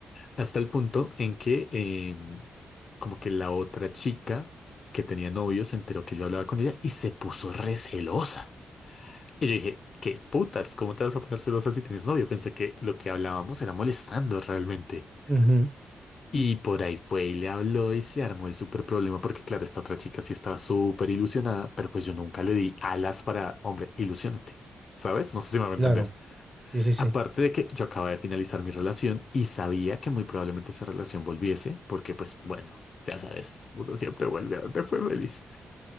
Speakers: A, on the left; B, on the right.
A: Hasta el punto en que em, como que la otra chica que tenía novio se enteró que yo hablaba con ella y se puso recelosa. Y yo dije, ¿qué putas? ¿Cómo te vas a poner celosa si tienes novio? Pensé que lo que hablábamos era molestando realmente.
B: ujú, ujú,
A: Y por ahí fue y le habló y se armó el súper problema porque claro, esta otra chica sí estaba súper ilusionada, pero pues yo nunca le di alas para, hombre, ilusiónate, ¿sabes? No sé si me va a entender.
B: Claro. Sí, sí, sí.
A: Aparte de que yo acababa de finalizar mi relación y sabía que muy probablemente esa relación volviese porque pues bueno, ya sabes, uno siempre vuelve a donde fue feliz.